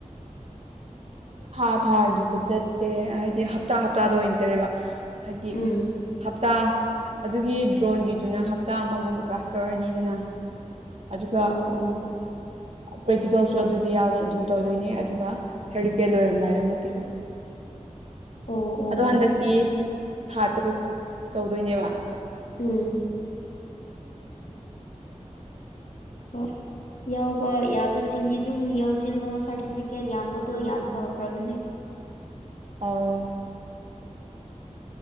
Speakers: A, on the right (about 55°); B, on the left (about 80°).
A: ꯊꯥ ꯊꯥꯒꯤꯗ ꯆꯠꯇꯦ ꯍꯥꯏꯗꯤ ꯍꯞꯇꯥ ꯍꯞꯇꯥꯗ ꯑꯣꯏꯅ ꯆꯠꯂꯦꯕ ꯍꯥꯏꯗꯤ
B: ꯎꯝ
A: ꯍꯥꯞ ꯍꯞꯇꯥ ꯑꯗꯨꯒꯤ ꯗ꯭ꯔꯣꯟꯒꯤꯗꯨꯅ ꯍꯞꯇꯥ ꯑꯃꯒꯨꯝꯕ ꯀ꯭ꯂꯥꯁ ꯇꯧꯔꯛꯑꯅꯤꯗꯅ ꯑꯗꯨꯒ
B: ꯑꯣ ꯑꯣ
A: ꯄ꯭ꯔꯦꯛꯇꯤꯀꯦꯜꯁꯨ ꯑꯗꯨꯗꯤ ꯌꯥꯎꯅ ꯑꯗꯨꯝ ꯇꯧꯗꯣꯏꯅꯦ ꯑꯗꯨꯒ ꯁꯥꯔꯇꯤꯐꯤꯀꯦꯠ ꯂꯣꯏꯔꯝꯗꯥꯏꯗ ꯑꯃꯨꯛ ꯄꯤꯕ
B: ꯑꯣ ꯑꯣ
A: ꯑꯗꯣ ꯍꯟꯗꯛꯇꯤ ꯊꯥ ꯇꯔꯨꯛ ꯇꯧꯗꯣꯏꯅꯦꯕ
B: ꯎꯝ ꯑꯣ ꯌꯥꯎꯕ ꯌꯥꯕꯁꯤꯡꯗꯤ ꯑꯗꯨꯝ ꯌꯥꯎꯁꯤꯜꯂꯣ ꯁꯥꯔꯇꯤꯐꯤꯀꯦꯠ ꯌꯥꯝꯕꯗꯣ ꯌꯥꯝ ꯐꯈ꯭ꯔꯕꯅꯦ
A: ꯑ